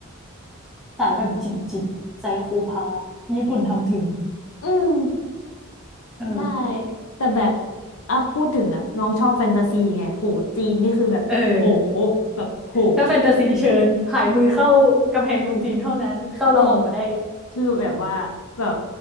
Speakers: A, in the centre; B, on the left.
A: สายแบบจิตจิตไซโคพาธญี่ปุ่นทำถึง
B: อืม
A: เออ
B: ได้แต่แบบอ่ะพูดถึงอ่ะน้องชอบแฟนตาซีไงโหจีนนี่คือแบบโห
A: เออ
B: แบบโห
A: ถ้าแฟนตาซีเชิญผายมือเข้ากำแพงเมืองจีนเท่านั้นเข้าแล้วออกมาได้
B: จริงคือแบบว่าแบบ